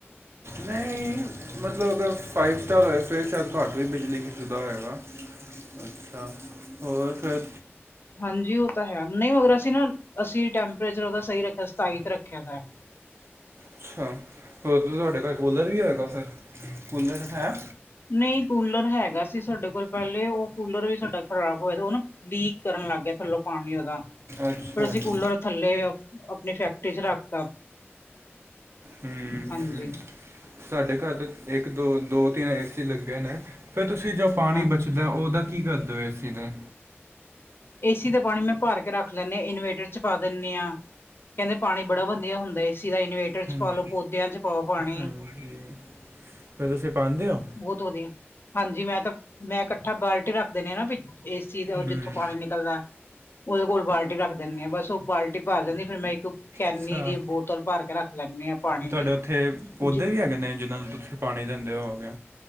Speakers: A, on the right; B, on the left.
A: ਨਹੀਂ, ਮਤਲਬ ਫਾਈਵ ਸਟਾਰ ਹੋਏ ਫੇਰ ਸ਼ਾਇਦ ਘੱਟ ਵੀ ਬਿਜਲੀ ਖਿੱਚਦਾ ਹੋਏਗਾ। ਅੱਛਾ, ਹੋਰ ਫੇਰ
B: ਹਾਂਜੀ, ਉਹ ਤਾਂ ਹੈ, ਨਹੀਂ ਮਗਰ ਅਸੀਂ ਨਾ। ਅਸੀਂ ਟੈਂਪਰੇਚਰ ਉਹਦਾ ਸਹੀ ਰੱਖਿਆ, ਸਤਾਈ ਤੇ ਰੱਖਿਆ ਗਾ,
A: ਅੱਛਾ, ਹੋਰ ਤਾਂ ਤੁਹਾਡੇ ਕੋਲ ਕੂਲਰ ਵੀ ਹੈਗਾ ਫੇਰ, ਕੂਲਰ ਹੈ।
B: ਨਹੀਂ ਕੂਲਰ ਹੈਗਾ ਸੀ ਸਾਡੇ ਕੋਲ ਪੈਲੇ, ਉਹ ਕੂਲਰ ਵੀ ਸਾਡਾ ਖ਼ਰਾਬ ਹੋਇਆ, ਉਹ ਨਾ ਲੀਕ ਕਰਨ ਲੱਗ ਗਿਆ, ਥੱਲੋ ਪਾਨੀ ਉਹਦਾ,
A: ਅੱਛਾ
B: ਫੇਰ ਅਸੀਂ ਕੂਲਰ
A: ਜੀ
B: ਥੱਲੇ, ਆਪਣੀ ਫੈਕਟਰੀ 'ਚ ਰੱਖਤਾ।
A: ਹਮ-
B: ਹਾਂਜੀ
A: ਹਮ। ਸਾਡੇ ਘਰ ਤੇ ਇੱਕ- ਦੋ, ਦੋ- ਤਿੰਨ ਏਸੀ ਲੱਗੇ ਨੇ, ਫੇਰ ਤੁਸੀਂ ਜੋ, ਪਾਣੀ
B: ਹਾਂਜੀ
A: ਬਚਦਾ, ਉਹਦਾ ਕੀ ਕਰਦੇ ਓ ਏਸੀ ਦਾ।
B: ਏਸੀ ਦਾ ਪਾਣੀ ਮੈਂ ਭਰ ਕੇ ਰੱਖ ਲੈਂਣੇ, ਇਨਵੇਟਰ 'ਚ ਪਾ ਦਿੰਦੇ ਆਂ। ਕਹਿੰਦੇ ਪਾਨੀ ਬੜਾ ਵਧੀਆ ਹੁੰਦਾ ਏ ਸੀ ਦਾ, ਇਨੀਵੇਟਰ 'ਚ
A: ਹਾਂਜੀ
B: ਪਾਲੋ ਪੌਦਿਆਂ 'ਚ, ਪਾਓ ਪਾਣੀ
A: ਹਾਂਜੀ, ਫੇਰ ਤੁਸੀਂ ਪਾਂਦੇ ਓ।
B: ਬਹੁਤ ਵਧੀਆ, ਹਾਂਜੀ ਮੈਂ ਤਾਂ, ਮੈਂ ਇਕੱਠਾ ਬਾਲਟੀ ਰੱਖਦੇ ਨੇ ਵੀ ਨਾ, ਏਸੀ ਦੇ, ਉਹ
A: ਹਮ
B: ਜਿੱਥੋਂ ਪਾਣੀ ਨਿਕਲਦਾ। ਉਹਦੇ ਕੋਲ ਬਾਲਟੀ ਰੱਖ ਦਿੰਦੀ ਆਂ, ਬਸ ਉਹ ਬਾਲਟੀ ਭਰ ਜਾਂਦੀ, ਫੇਰ ਮੈਂ ਇੱਕ ਕੈਨੀ
A: ਅੱਛਾ,
B: ਦੀ ਬੋਤਲ ਭਰ ਕੇ ਰੱਖ ਲੈਂਦੀ ਹਾਂ ਪਾਣੀ
A: ਤੇ
B: ਦੀ
A: ਤਾਡੇ ਉੱਥੇ, ਪੌਦੇ
B: ਜ
A: ਵੀ ਹੈਗੇ ਨੇ ਜਿਹਨਾਂ ਨੂੰ ਤੁਸੀਂ ਪਾਣੀ ਦਿੰਦੇ ਹੋਊਗੇ।